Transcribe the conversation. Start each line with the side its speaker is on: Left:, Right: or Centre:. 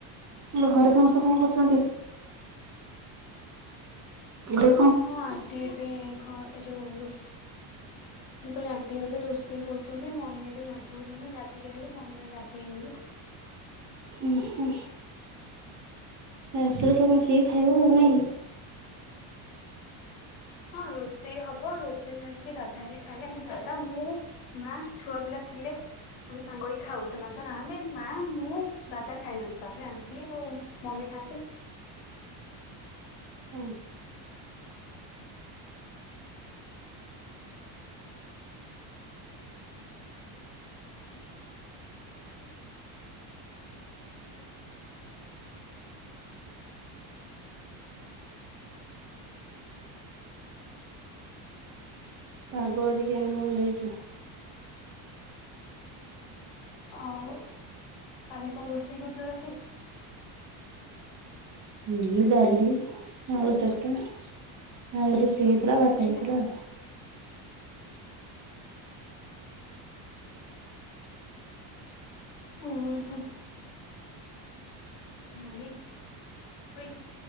Right: ତମ ଘରେ ସମସ୍ତେ କଣ କରୁଛନ୍ତି? କିଲେ
Left: ହଁ ଆଣ୍ଟି ଏବେ ଘ ଏ ଯୋଉ ରୋଷେ ମୁଁ କହିଲି ଆଣ୍ଟି ଏବେ ରୋଷେ ଷେଇ କରୁଛନ୍ତି ମମି ଏବେ ଗାଧଉଛନ୍ତି। ଗାଧୋଇକି ଆଇଲେ ମମି ଏବେ ଗାଧୋଇ ଗଲେ।
Right: ହୁଁ ହୁଁ ଆସିଲେ ସବୁ ମିଶିକି ଖାଇବ ଆଉ ନାଇଁ?
Left: ହଁ ରୋଷେଇ ହବ ରୋଷେଇ ସାରିକି ଦାଦା ହରିକା ଖାଇଲେ ଆମେ ଦାଦା ମୁଁ ମା। ଛୁଆ ପିଲା ଥିଲେ। ଆମେ ସାଙ୍ଗ ହେଇ ଖାଉ। ସେମାନେ ତ ନାହାନ୍ତି ମା ମୁଁ ଦାଦା ଖାଇଦବୁ। ତାପରେ ଆଣ୍ଟି ଆଉ ମମି ଖାଆନ୍ତି।
Right: ହୁଁ। ପାଗ ଆଜି କେମିତି କଣ ଦେଇଚି?
Left: ଆଉ କାଲି କଣ ରୋଷେଇ କରିଥିଲ ରାତିରେ?
Right: ଏଇ ଡାଲି, ଆଳୁ ଚକଟା। ଆଉ ରୁଟିି
Left: ମମି
Right: ହେଇଥିଲା
Left: କବାଟ
Right: ଭାତ
Left: ଦେଇଦେଇଥା
Right: ହେଇଥିଲା।
Left: ହୁଁ ହୁଁ ମମି ହୋଇ